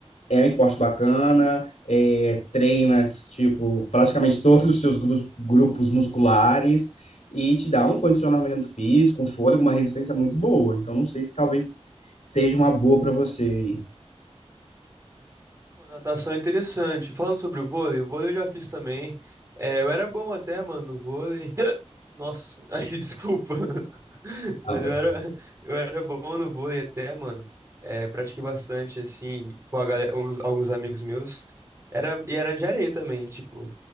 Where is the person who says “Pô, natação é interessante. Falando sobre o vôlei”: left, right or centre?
Right